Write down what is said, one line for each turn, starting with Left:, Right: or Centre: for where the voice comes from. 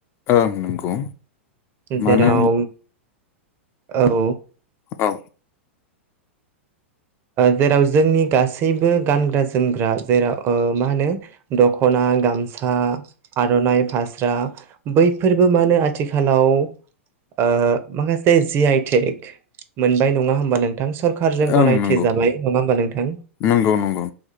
Left: ओं नंगौ।
Right: जेराव
Left: मानो
Right: औ।
Left: औ।
Right: जेराव जोंनि गासैबो गानग्रा जोमग्रा जेराव ओ मा होनो। दख'ना गामसा आर'नाइ फास्रा बैफोरबो मानो आथिखालाव ओ माखासे जि आइ टेक मोनबाय नङा होमबा नोंथां सरखारारजों
Left: ओं
Right: गनाय मिथि
Left: नंगौ
Right: जाबाय नङा होमबा नोंथां।
Left: नंगौ नंगौ